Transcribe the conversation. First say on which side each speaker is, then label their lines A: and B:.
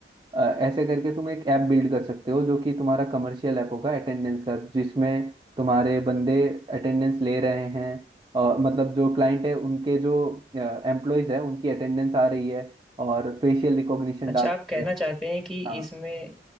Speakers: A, on the right; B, in the centre.
A: अ, ऐसे करके तुम एक ऐप बिल्ड कर सकते हो जो कि तुम्हारा कमर्शियल ऐप होगा अटेंडेंस का जिसमें तुम्हारे बंदे अटेंडेंस ले रहे हैं अ, मतलब जो क्लाइंट है उनके जो एम्प्लॉयज है उनकी अटेंडेंस आ रही है और फेशियल रिकॉग्निशन
B: अच्छा
A: डाल सकते
B: आप कहना
A: हो
B: चाहते हैं कि
A: हाँ
B: इसमें